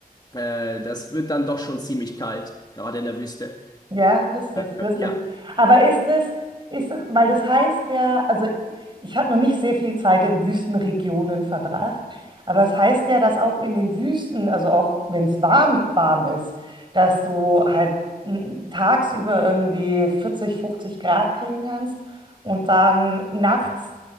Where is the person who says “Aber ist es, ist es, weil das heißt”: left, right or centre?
Right